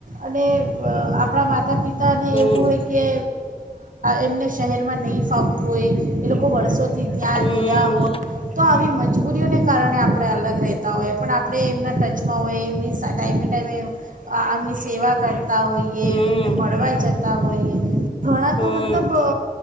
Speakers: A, on the right; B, on the left.
A: અને આપ આપણા માતા પિતાને
B: હમ
A: એવું હોય કે એમને શહેરમાં નહીં ફાવતું હોય, એ લોકો વર્ષોથી ત્યાં
B: હમ
A: રહ્યા હોય, તો આવી મજા મજબૂરીઓને કારણે આપણે અલગ રહેતા હોઈએ પણ આપણે એમના ટચમાં હોઈ એમની ટાઈમે ટાઈમે એમની સેવા કર. હોઈએ
B: હમ
A: એમને મળવા જ જતા હોઈએ ઘણા
B: હમ
A: તો મતલબ